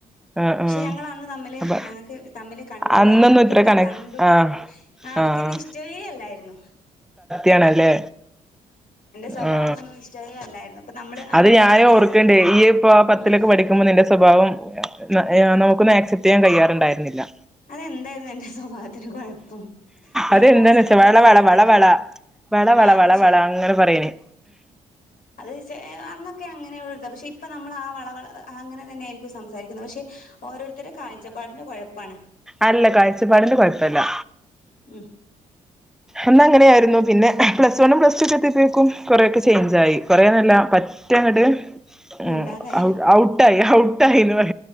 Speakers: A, in the centre; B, on the left.
A: ആഹ് ആഹ്
B: ശെ ഞങ്ങള് അന്ന് തമ്മില്
A: അപ്പ
B: ഞങ്ങക്ക് തമ്മില് കണ്ടുടാര്ന്ന്
A: അന്നൊന്നും
B: അവക്ക്
A: ഇത്ര
B: എന്നോ
A: കണക്
B: കണ്ടു
A: ആഹ്
B: ആ അവക്ക്
A: ആഹ്
B: എന്നെ ഇഷ്ടാവോ അല്ലാരുന്നു
A: യാണലോ
B: സ്വഭാവം
A: ആാ
B: ഒന്നും ഇഷ്ടവേ അല്ലായിരുന്നു അപ്പൊ നമ്മള് നമ്മള്
A: അത് ഞാനും
B: പറയില്ലേ ചെലവൻ
A: ഒർക്കോണ്ടേ നീ ഇപ്പേ പത്തിലേക്കേ
B: ഉം
A: പഠിക്ക്മ്പോ നിൻ്റെ സോഭവം ന നമ്മക്ക് ഒന്നും അക്‌സെപ്റ് ചെയ്യാൻ കഴിയാറെണ്ടാര്ന്നില്ലാ
B: അത് എന്താര്ന്ന് എൻ്റെ സോഭാവത്തിന് കൊഴപ്പം നമ്മള്
A: അതെന്താന്ന്
B: ബോയിസിനോട്
A: വെച്ചാ വള
B: സംസാരിക്ക്ന്നോ
A: വള വള വള വള വള
B: അത്
A: വള
B: ശെരി
A: വള അങ്ങനെ പറയണേ
B: അത് ശെ അന്നോക്കെ അങ്ങനെ ഒള്ളാതാ പശെ ഇ ഇപ്പാ നമ്മളാ വള വള ആ അങ്ങനെ തന്നെയിരിക്കും സംസാരിക്കന്നോ പശെ ഓരേര്ത്താരെ കാഴാചപ്പാടിൻ്റെ കൊഴപ്പാണ്
A: അല്ലാ കാഴ്ചപിടിൻ്റെ കൊഴപ്പാല്ലാ
B: ഉം
A: അന്ന് അങ്ങനെ ആര്ന്നു പിന്നെ പ്ലസ് വൺ, പ്ലസ് ടു ഒക്കെ എത്തിയ പ്പയേക്കും കൊറെക്കെ ചേഞ്ച്‌ ആയി കൊറെന്നാല്ലാ പറ്റെങ്ങട്ട് ഉം
B: മിണ്ടാതായി
A: ഔട്ട് ഔട്ടിയിയെന്ന് പറ